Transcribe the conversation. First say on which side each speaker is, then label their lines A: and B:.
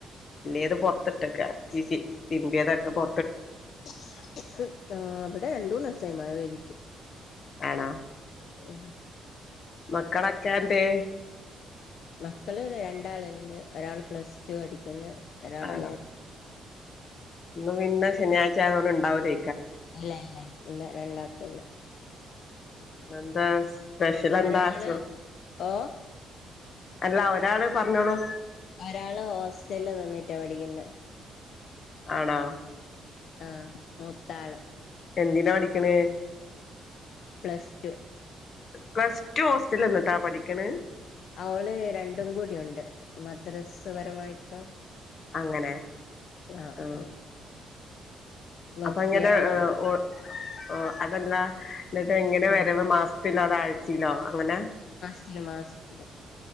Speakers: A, on the left (about 50°); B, on the left (about 65°).
A: ഇടക <unintelligible> തിരിമ്പിതൊക്കെ പൊ
B: <unintelligible> യി മഴ പെയ്തിട്ട്
A: ആണാ
B: ഉമ്
A: മക്കളൊക്കെ എന്തെ
B: മക്കള് രണ്ടാൾ ഉണ്ട്. ഒരാൾ പ്ലസ് റ്റു പഠിക്കുന്ന് ഒരാള്
A: ആണോ ഇന്ന് പിന്നെ ശനിയാഴ്ച ആയതോണ്ട് ഇണ്ടാവുല്ലേ
B: ഇല്ല ഇല്ല ഇല്ല രണ്ടാകുല്ല
A: ഇന്നന്താ സ്പെഷ്യൽ
B: ഒരാള്
A: എന്താ ച്ചോ
B: ഓ
A: അല്ല ഒരാള് പറഞ്ഞോളൂ
B: ഒരാള് ഹോസ്റ്റലില് നിന്നിട്ടാ പഠിക്കുന്നെ
A: ആണാ
B: ആ മൂത്താള്
A: എന്തിനാ പഠിക്കണേ
B: പ്ലസ് ടു
A: പ്ലസ് ടു ന്നിട്ടാ പഠിക്കണേ
B: അവള് രണ്ടും കൂടിണ്ട് മദ്രസ്പരമായിട്ടും
A: അങ്ങനെ
B: ആഹ്
A: ആ
B: ആഹ് വഫിയാന്നറിയും
A: അപ്പൊ അങ്ങനെ ഒ ഒ അതല്ല ന്നിട്ട് എങ്ങനെ
B: ഓ
A: വരുന്നത് മാസ് ത്തിലോ <unintelligible> ചിലോ അങ്ങനെ
B: ത്തില് മാസത്തില്